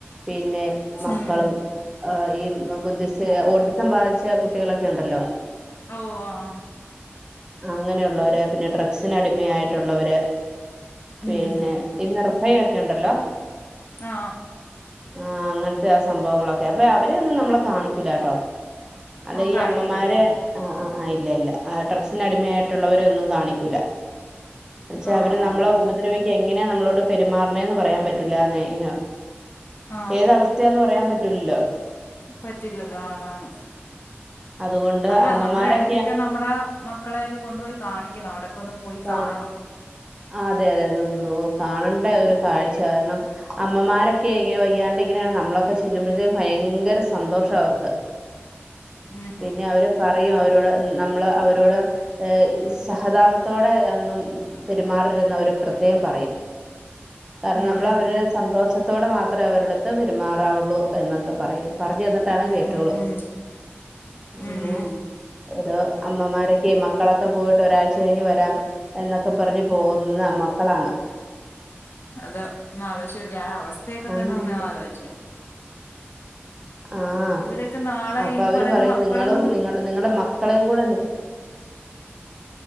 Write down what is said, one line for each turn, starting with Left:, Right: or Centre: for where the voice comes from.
Right: പിന്നെ മക്കളും
Left: ഉം
Right: ആഹ് ഈ ആഹ് ബുദ്ധിസ് ഓട്ടിസം ബാധിച്ച കുട്ടികളൊക്കെ ഉണ്ടല്ലോ
Left: ഓ ആഹ് ആഹ്
Right: അങ്ങനെയുള്ളവരെ പിന്നെ ഡ്രഗ്സിനടിമയായിട്ടുള്ളവരെ പിന്നെ
Left: ഉം
Right: ഇന്നറു ഹൈയ്യൊക്കെ ഉണ്ടല്ലൊ
Left: ആ
Right: ആഹ് അങ്ങത്തെ ആ സംഭവങ്ങളൊക്കെ വേ അവരേയൊന്നും നമ്മളെ കാണിക്കൂലാട്ടോ അല്ല
Left: ആ ആ
Right: ഈ
Left: കാണിക്കില്ലല്ലേ
Right: അമ്മമാരെ ആഹ് ആഹ് ആ ഇല്ല ഇല്ല ആ ഡ്രഗ്സ് സിന് അടിമയായിട്ടുള്ളവരെ ഒന്നും കാണിക്കൂല്ല എന്ന് വച്ചാ
Left: ആ
Right: അവര്
Left: ആ
Right: നമ്മളെ ഉപദ്രവി എങ്ങനെയാ നമ്മളോട് പെരുമാറണേ ന്ന് പറയാൻ പറ്റൂല്ലാനേ ഇങ്ങ
Left: ആ
Right: ഏത് അവസ്ഥയാന്ന് പറയാൻ പ റ്റുല്ലോ
Left: പറ്റില്ലല്ലോ ആന്ന് ആന്ന്
Right: അതുകൊണ്ട്
Left: അല്ല
Right: അമ്മമാരൊക്കെ
Left: നമ്മളെ ഇടക്കൊക്കെ നമ്മടെ മ ക്കളെയൊക്കെ കൊണ്ടു പോയി കാണിക്കണം അവിടെ ക്കൊന്ന് പോയി കാണണം
Right: ആ അതെ അതെ കാണണ്ട ഒരു കാഴ്ച കാരണം അമ്മമാരൊക്കെ ഇങ്ങനെ വയ്യാണ്ട് ഇങ്ങനെ നമ്മളൊക്കെ ചെല്ലുമ്പഴ്ത്തേനു ഭയങ്കര സന്തോഷാ അവർക്ക്.
Left: ഉം
Right: പിന്നെ അവരെ പ റയും അവരോട് നമ്മള് അവരോട് ഹ് സഹതാപത്തോടെ അന്നും പെരുമാറരുത് എന്ന് അവര് പ്രത്യേകം പറയും കാരണം
Left: ഉം
Right: നമ്മൾ
Left: ഉം
Right: അവര്ടെ സന്തോഷ ത്തോടെ മാത്രമേ അവരുടെടുത്ത് പെരുമാറാവുള്ളൂ എന്നൊക്കെ പറയും പറഞ്ഞ് തന്നിട്ടാണ്
Left: ഉം
Right: കേറ്റൊള്ളൂ.
Left: ഉം ഉം ഉം
Right: അങ്ങനെ ഓരോ അമ്മമാരൊക്കെ മക്കളൊക്കെ പോയിട്ട് ഒരാഴ്ച കഴിഞ്ഞ് വരാം എന്നൊക്കെ പറഞ്ഞു പോകുന്ന മക്കളാണ്
Left: അതാ ഒന്ന് ആലോയിച്ച് നോക്കിയെ ആ അവസ്ഥയൊക്കെ
Right: അങ്ങനെ
Left: തന്നെ ഒന്ന് ആലോയിച്ചേ
Right: ആഹ്
Left: ഇവരൊക്കെ നാളെ
Right: അപ്പ
Left: ഈ
Right: അവര്
Left: പറയുന്ന
Right: പറയും
Left: മക്കളും
Right: നിങ്ങളും നിങ്ങ നിങ്ങടെ മക്കളേയും കൂടെ നി